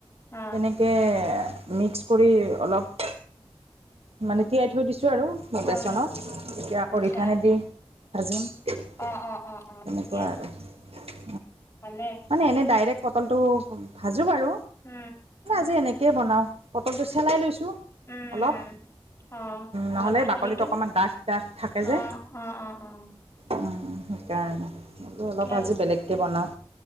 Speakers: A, on the left (about 30°); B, on the right (about 85°).
A: অ',
B: তেনেক কে মিক্স কৰি অলপ মানে তিঁয়াই থৈ দিছো আৰু বেচনত
A: অ',
B: এতিয়া আকৌ
A: আচ্ছা
B: ৰিফাইনেদি ভাজিম তেনেকুৱা
A: অ', অ', অ', অ', ঠিকে আছে
B: আৰু
A: ভালে
B: মানে এনে ডাইৰেক্ট পটলটো ভাজোঁ বাৰু
A: উ
B: যে এনেকে বনাও পটলটো চেলাই লৈছো
A: উম,
B: অলপ
A: উম, অ',
B: নহ'লে
A: মানে বাকলিটো
B: বাকলিতো অকমান ডাঠ ডাঠ থাকে যে
A: অ', অ', অ', অ',
B: উম সেইকাৰণে বোলো
A: ঠিকে
B: অলপ আজি
A: আছে
B: বেলেগকৈ বনাওঁ